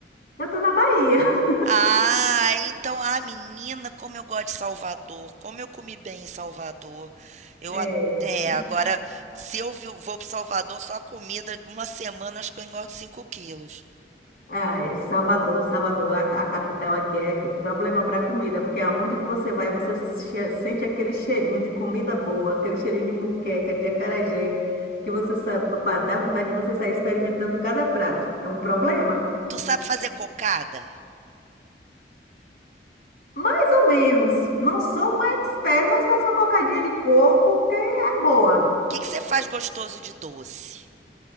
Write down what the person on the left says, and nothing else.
Eu estou na Bahia. <laughs>
É.
Ah, é Salvador, Salvador, a, a capital aqui é um problema para comida, porque aonde você vai, você che- sente aquele cheirinho de comida boa, aquele cheirinho de muqueca, de acarajé, que você sabe, para dar vontade de você sair experimentando cada prato. É um problema.
Mais ou menos. Não sou uma expert, mas faço uma cocadinha de coco que é boa.